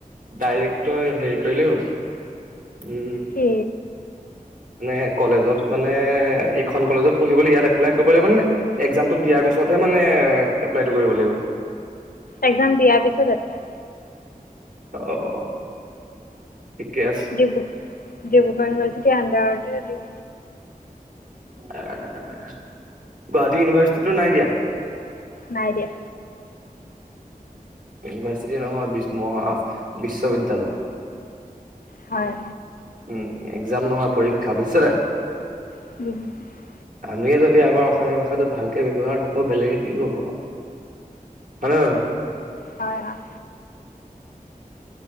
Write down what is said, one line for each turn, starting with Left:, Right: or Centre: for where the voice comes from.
Right: ডাইৰেক তই হেৰি কৰিলেই হ'ল, উমঁ।
Left: কি?
Right: মানে কলেজত মানে এইখন কলেজত পঢ়িবলৈ ইয়াত এপ্লাই কৰিব লাগিব নে- এক্জামটো দিয়াৰ পিছতহে মানে এপ্লাইটো কৰিব লাগিব?
Left: এক্জাম দিয়াৰ পিছত এপ্লাই।
Right: অ', ঠিকে আছে।
Left: ডিব্ৰু-ডিব্ৰুগড়ৰ ইউনিভাৰ্চিটি আণ্ডাৰতে।
Right: গুৱাহাটী ইউনিভাৰ্চিটিটো নাই দিয়া?
Left: নাই দিয়া।
Right: ইউনিভাৰ্চিটি নহয়, বিশ মহা বিশ্ববিদ্যালয়।
Left: হয়।
Right: উমঁ, এক্জাম নহয়, পৰীক্ষা বুজিছ নে।
Left: <inaudible>
Right: আমি যদি আমাৰ অসমীয়া ভাষাটো ভালকে ব্যৱহাৰ নকৰো বেলেগে কি কৰিব আও। হয় নে নহয়?
Left: হয়-হয়।